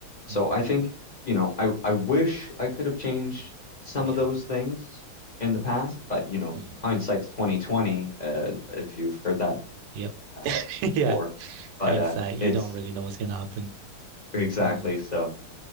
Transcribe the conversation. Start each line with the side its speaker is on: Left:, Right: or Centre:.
Left: So
Right: Mm,
Left: I think, you know, I I wish I could have changed some
Right: yeah.
Left: of those things in the past, but you know,
Right: Mm,
Left: hindsight's 2020, uh, if you've heard that
Right: yep.
Left: uh,
Right: <laughs>
Left: before.
Right: Yeah.
Left: But
Right: Hindsight,
Left: uh,
Right: you
Left: it's
Right: don't really know what's gonna happen.
Left: exactly
Right: Mm,
Left: so.